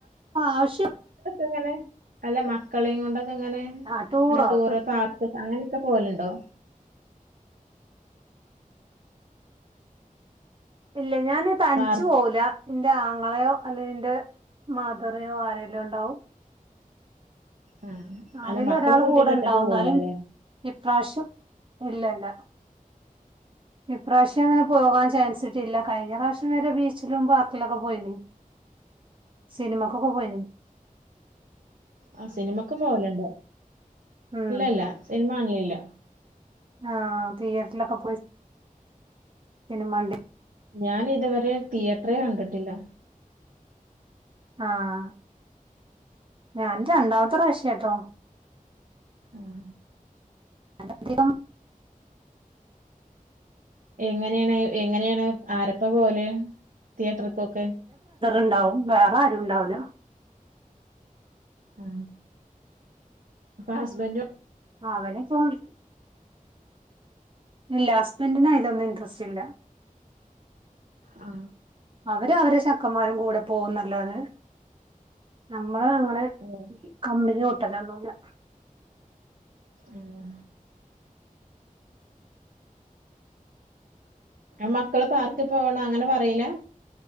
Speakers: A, on the right (about 35°); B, on the right (about 80°).
A: ആവശ്യം
B: ങ്ങനെ അല്ല മക്കളെയും കൊണ്ടൊക്കെ ഇങ്ങനെ
A: ആ ടൂറോ
B: അങ്ങനെ ടൂറ് പാർക്ക് അങ്ങനെ ഒക്കെ പോലുണ്ടോ
A: ഇല്ല ഞാാന് തനിച്ചു
B: പാർ
A: പോല എന്റെ ആങ്ങളെയോ അല്ലെ എന്റെ മധരയോ ആരല്ലോ ഉണ്ടാവും
B: ആ
A: ആരെിലും
B: അല്ല മക്കളെ
A: ഒരാൾ
B: കൂട്ടിട്ട്
A: കൂടെ
B: ഒറ്റക്ക്
A: ഇണ്ടാവുന്നാലും
B: പോവൂല ല്ലേ
A: ഇപ്രാവശ്യം ഇല്ലല്ല ഇപ്രാവശ്യം അങ്ങനെ പോകാൻ ചാൻസിട്ടില്ല കഴിഞ്ഞ പ്രാവശ്യം വരെ ബീച്ചിലും പാർക്കിലൊക്കെ പോയിണ സിനമാാക്കക്ക പോയില
B: ആ സിനിമക്കും പോലുണ്ടോ
A: ഉം
B: ഇല്ലല്ല സിനിമ ആണലില്ല
A: ആഹ തതിീയേറ്ററിലൊക്കെ പോയി സിനിമണ്ട്
B: ഞാന് ഇതുവരെ തിയേറ്ററെ കണ്ടിട്ടില്ല
A: ആഹ ഞൻ രണ്ടാമത്തെ പ്രാവശ്യാട്ടോ
B: ആഹ
A: അനം
B: എങ്ങനെയാണ് എങ്ങനെയാണ് ആരപ്പ പോലെ തിയേറ്റർക്കൊക്കെ
A: ണ്ടാവും വേറെ ആരുും ഉണ്ടാവല്ലോ
B: ആ അപ്പൊ ഹസ്ബൻഡ
A: ആ അവനെ ഫോണ്. ഇല്ല ഹസ്ബൻഡിനു അയിലൊന്നും ഇന്ട്രസ്റ്റ് ഇല്ല.
B: ആ
A: അവരു അവരടെ ചെക്കന്മാരും കൂടെ പോകുന്നല്ലാതെ, നമ് നമ്മളെ അങ്ങനെ
B: ഓ.
A: കമ്പനി കൂട്ടലൊന്നുവില്ല.
B: ഉം മക്കള് പാർക്കിൽ പോകണ അങ്ങനെ പറയില്ല?